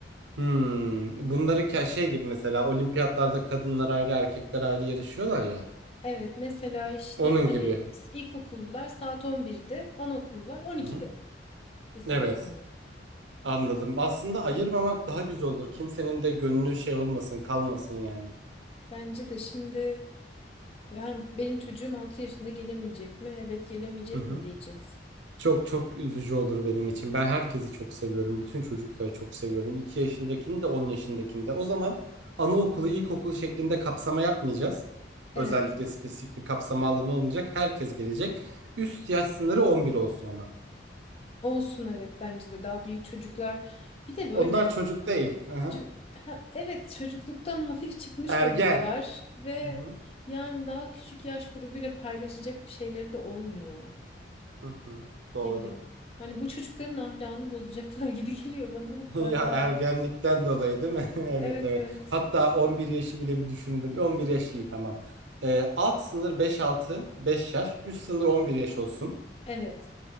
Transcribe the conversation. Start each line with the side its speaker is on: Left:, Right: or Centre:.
Right: Hmm. Bunları ke- şey gibi mesela olimpiyatlarda kadınlar ayrı erkekler ayrı yarışıyorlar ya.
Left: Evet mesela işte
Right: Onun
Left: hani
Right: gibi.
Left: s- ilkokullar saat on birde anaokullar 12'de
Right: Hı hı.
Left: bir saat
Right: Evet
Left: sonra.
Right: anladım. Aslında ayırmamak daha güzel olur. Kimsenin de gönlü şey olmasın kalmasın yani.
Left: Bence de şimdi yani benim çocuğum 6 yaşında gelemeyecek mi? Evet gelemeyecek
Right: Hı hı.
Left: mi diyeceğiz.
Right: Çok çok üzücü olur benim için. Ben herkesi çok seviyorum. Bütün çocukları çok seviyorum. 2 yaşındakini de 10 yaşındakini de. O zaman anaokulu, ilkokulu şeklinde kapsama yapmayacağız.
Left: Evet.
Right: Özellikle spesifik bir kapsama alanı olmayacak. Herkes gelecek. Üst yaş sınırı 11 olsun ama.
Left: Olsun evet bence de daha büyük çocuklar. Bir de böyle
Right: Onlar çocuk değil. Hı hı.
Left: Çö- ha, evet çocukluktan hafif çıkmış
Right: Ergen.
Left: oluyorlar ve
Right: Hı hı.
Left: yani daha küçük yaş grubuyla paylaşacak bir şeyleri de olmuyor.
Right: Hı hı. Doğru.
Left: Ne bileyim. Hani bu çocukların ahlakını bozacaklar gibi <laughs> geliyor bana hatta
Right: <laughs> Ya
Left: bir yerde.
Right: ergenlikten dolayı değil mi? <laughs> Evet
Left: Evet
Right: evet.
Left: evet.
Right: Hatta 11 yaşı bile bir düşündüm. 11 yaş iyi tamam. Ee, alt sınır 5-6, 5 yaş. Üst sınır 11 yaş olsun.
Left: Evet.